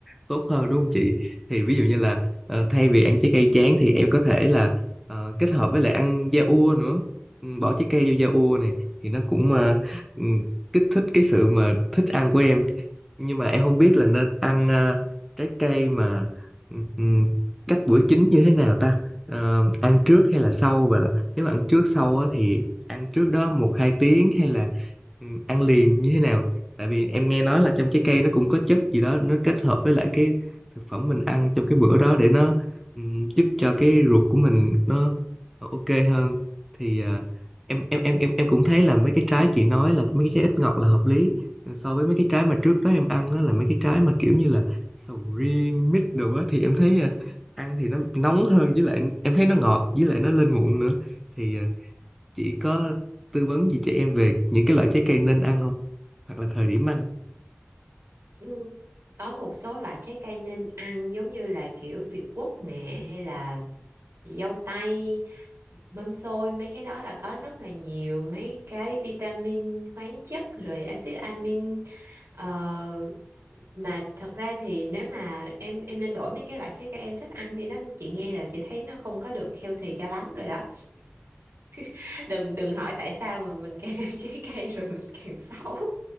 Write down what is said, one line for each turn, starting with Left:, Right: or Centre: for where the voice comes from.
Centre: tốt hơn đúng không chị? Thì ví dụ như là ờ, thay vì ăn trái cây tráng thì em có thể là ờ, kết hợp với lại ăn da ua nữa. Ừ, Bỏ trái cây vô da ua này thì nó cũng ờ, ừ, kích thích cái sự mà thích ăn của em nhưng mà em không biết là nên ăn ờ, trái cây mà ừm, cách bữa chính như thế nào ta Ờ, ăn trước hay là sau vậy là nếu mà ăn trước sau á, thì ăn trước đó một hai tiếng hay là ừm, ăn liền như thế nào tại vì em nghe nói là trong trái cây nó cũng có chất gì đó nó kết hợp với lại cái thực phẩm mình ăn trong cái bữa đó để nó ừm, giúp cho cái ruột của mình nó, nó ok hơn thì ờ, em em em em em cũng thấy là mấy cái trái chị nói là mấy cái trái ít ngọt là hợp lý so với mấy cái trái mà trước đó em ăn á là mấy cái trái mà kiểu như là sầu riêng mít đồ á thì em thấy à, ăn thì nó nóng hơn với lại em thấy nó ngọt với lại nó lên mụn nữa thì à, chị có tư vấn gì cho em về những cái loại trái cây nên ăn không hoặc là thời điểm ăn
Right: Ừ. có một số loại trái cây nên ăn giống như là kiểu Việt quất nè hay là dâu tây mâm xôi mấy cái đó là có rất là nhiều mấy cái vitamin khoáng chất rồi axit amin ờ, mà thật ra thì nếu mà em em nên đổi mấy cái loại trái cây em thích ăn đi đó chị nghe là chị thấy nó không có được healthy cho lắm rồi đó <laughs> đừng đừng hỏi tại sao mà mình càng ăn <laughs> trái cây rồi mình càng xấu